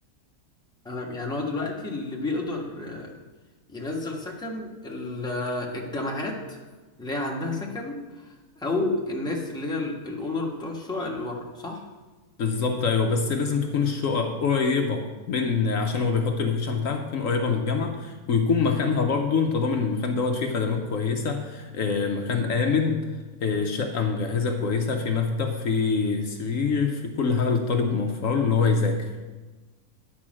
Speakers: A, in the centre; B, on the left.
A: تمام. يعني هو دلوقتي اللي بيقدر آه، ينزل سكن ال- آه، الجامعات اللي هي عندها سكن او الناس اللي هي ال- الاونر بتوع الشقق اللي بره صح
B: بالظبط ايوه بس لازم تكون الشقق قريبه من عشان هو بيحط اللوكيشن بتاعك تكون قريبه من الجامعه ويكون مكانها برضو انت ضامن المكان دوت فيه خدمات كويسه آه، مكان امن آه، شقه مجهزه كويسه في مكتب في سرير في كل حاجه للطالب موفره له ان هو يذاكر